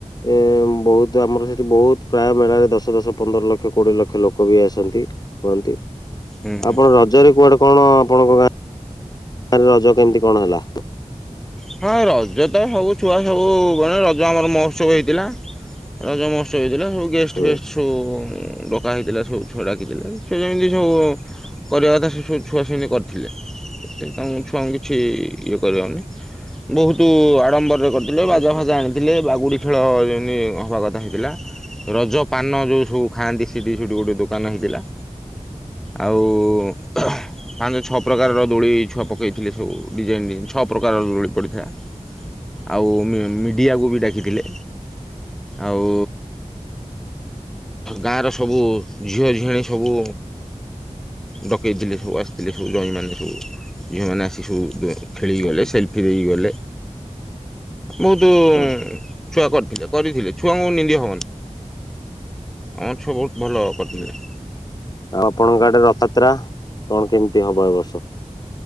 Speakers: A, on the left (about 30°); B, in the centre.
A: ଏ ବହୁତ ଆମର ସେଠି ବହୁତ୍ ପ୍ରାୟ ମେଳାରେ ଦଶ ଦଶ ପନ୍ଦର ଲକ୍ଷ କୋଡ଼ିଏ ଲକ୍ଷ ଲୋକ ବି ଆସନ୍ତି। ହୁଅନ୍ତି।
B: ହୁଁ ହୁଁ
A: ଆପଣ ରଜରେ କୁଆଡେ କଣ ଆପଣଙ୍କ ଗାଁ ଗାଁରେ ରଜ କେମିତି କଣ ହେଲା?
B: ହଁ ରଜ ତ ସବୁ ଛୁଆ ସବୁ ଗଣେ ରଜ ଆମର ମହୋତ୍ସବ ହେଇଥିଲା ରଜ ମହୋତ୍ସ ସେଇଦିନ ସବୁ ଗେଷ୍ଟ
A: ହୁଁ
B: ଫେଷ୍ଟ ସବୁ ଡ ପକା ହେଇଥିଲା ସବୁ ଛୁଆ ଡାକିଥିଲେ ସେ ଯେମିତି ସବୁ କରିବା କଥା ସେ ସବୁ ଛୁଆ ସେମିତି କରିଥିଲେ। ସେ ତାଙ୍କୁ ଛୁଆଙ୍କୁ କିଛି ଇଏ କରିବନି। ବହୁତୁ ଆଡମ୍ବରରେ କରିଥିଲେ ବାଜା
A: ହୁଁ ହୁଁ
B: ଫାଜା ଆଣିଥିଲେ ବାଗୁଡି଼ ଖେଳଅ ଯେମିତି ହବାକଥା ହେଇଥିଲା। ରଜ ପାନ ଯୋଉ ସବୁ ଖାଆନ୍ତି ସେଠି ସେଠି ଗୋଟେ ଦୋକାନ ହେଇଥିଲା। ଆଉ <unintelligible> ପାଞ୍ଚ ଛଅ ପ୍ରକାରର ଦୋଳି ଛୁଆ ପକେଇଥିଲେ ସବୁ ଡିଜାଇନ ଡିଜାଇନ୍ ଛଅ ପ୍ରକାରର ଦୋଳି ପଡ଼ିଥିଲା ଆଉ ମିଡ଼ିଆକୁ ବି ଡାକିଥିଲେ। ଆଉ। ଗାଁର ସବୁ ଝିଅଝିଆଣି ସବୁ। ଡକେଇଥିଲେ ସବୁ ଆସିଥିଲେ ସବୁ ଜ୍ୱାଇଁମାନେ ସବୁ ଝିଅମାନେ ଆସି ସବୁ ବ ଖେଳିକି
A: ହୁଁ
B: ଗଲେ
A: ହୁଁ
B: ସେଲଫିନେଇକି ଗଲେ ବହୁତୁ।
A: ହଁ
B: ଛୁଆ କରିଥିଲେ କରିଥିଲେ ଛୁଆଙ୍କୁ ନିନ୍ଦି ହବନି। ହଁ ଛୁଆ ବହୁତ ଭଲ କରିଥିଲେ।
A: ହୁଁ ଆଉ ଆପଣଙ୍କ ଆଡେ ରଥଯାତ୍ରା କଣ କେମିତି ହବ ଏ ବର୍ଷ?